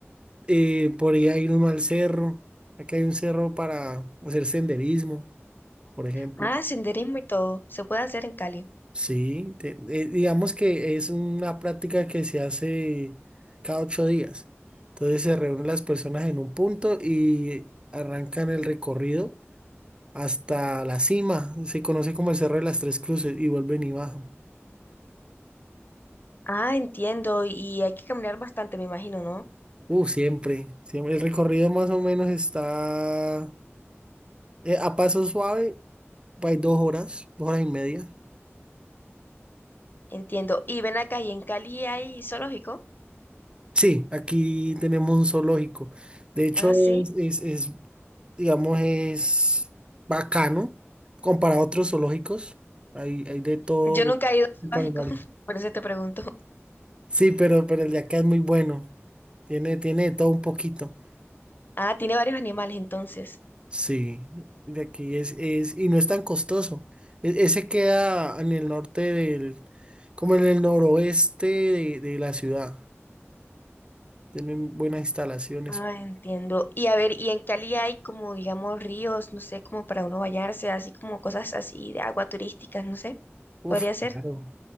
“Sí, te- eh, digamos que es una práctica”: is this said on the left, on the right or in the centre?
Right